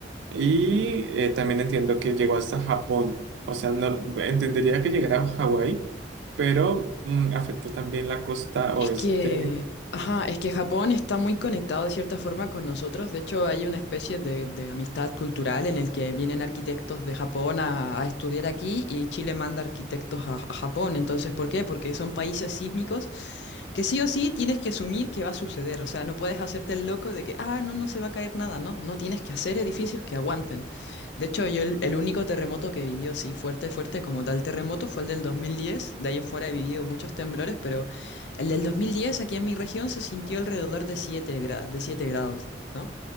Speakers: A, on the right; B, on the left.
A: y eh, también entiendo que llegó hasta Japón. O sea, no entendería que llegara a Hawái, pero mm, afectó también la costa
B: Es
A: oeste.
B: que, ajá, es que Japón está muy conectado de cierta forma con nosotros. De hecho, hay una especie de, de amistad cultural en el que vienen arquitectos de Japón a, a estudiar aquí y Chile manda arquitectos a a Japón. Entonces, ¿por qué? Porque son países sísmicos que sí o sí tienes que asumir que va a suceder. O sea, no puedes hacerte el loco de que, ah, no, no se va a caer nada. No, no tienes que hacer edificios que aguanten. De hecho, yo el, el único terremoto que he vivido así fuerte, fuerte como tal terremoto fue el del 2010. De ahí en fuera he vivido muchos temblores, pero el del 2010 aquí en mi región se sintió alrededor de siete gra- de 7 grados. ¿no?